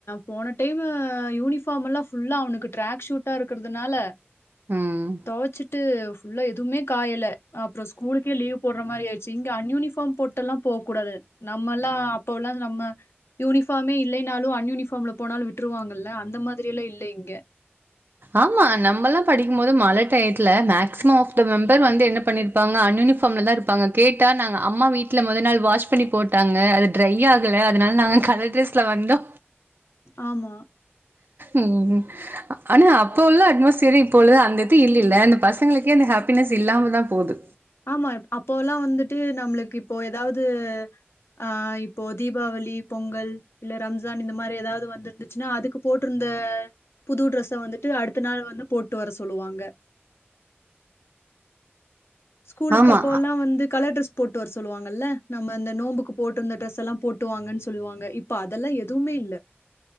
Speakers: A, on the left (about 70°); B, on the right (about 55°).
A: போன டைம் யூனிஃபார்ம் எல்லாம் ஃபுல்லா அவனுக்கு ட்ராக் ஷூட்டா இருக்குறதுனால
B: ம்
A: துவச்சிட்டு ஃபுல்லா எதுவுமே காயல அப்றோ ஸ்கூலுக்கே லீவ் போடுற மாரி ஆயிருச்சு இங்க அன் யூனிஃபார்ம் ஃபாம் போட்டுலாம் போ கூடாது நம்மலா அப்போலருந்து நம்ம யூனிஃபார்மே இல்லனாலு அன் யூனிஃபார்ம்ல போனாலு விட்டுருவாங்கல்ல அந்த மாரிலா இல்ல இங்க
B: ஆமா நம்பல்லாம் படிக்கு போது மழ டயத்ல மேக்ஸிம ஆஃத மெம்பர் வந்து என்ன பண்ணிருப்பாங்க அன்யூனிபார்ம்ல ‌தா இருப்பாங்க கேட்டா நாங்க அம்மா வீட்ல முதல் நாள் வாஷ் பண்ணி போட்டாங்க அது ட்ரை ஆகல அதனால நாங்க கலர் ட்ரஸ்ல வந்தோ
A: ஆமா
B: உம் ஆனா அப்போ உள்ள அட்மாஸ்பியர் இப்பொழுது அந்த இது இல்லல அந்த பசங்களுக்கே அந்த ஹாப்பினஸ் இல்லாம தா போது
A: ஆமா அப்போல்லா வந்துட்டு நம்முளுக்கு இப்போ எதாவது ஆ இப்போ தீபாவளி பொங்கல் இல்ல ரம்ஜான் இந்த மாரி எதாவது வந்திருந்துச்சுன்னா அதுக்கு போட்டுருந்த புது ட்ரெஸ்ஸ வந்துட்டு அடுத்த நாள் வந்து போட்டு வர சொல்லுவாங்க ஸ்கூலுக்கு
B: ஆமா.
A: அப்போல்லா
B: அ-
A: வந்து கலர் டிரெஸ் போட்டு வர சொல்லுவாங்கல்ல நம்ம இந்த நோம்புக்கு போட்டுருந்த ட்ரெஸ் எல்லா போட்டுவாங்கன்னு சொல்லுவாங்க இப்ப அதெல்லா எதுவுமே இல்ல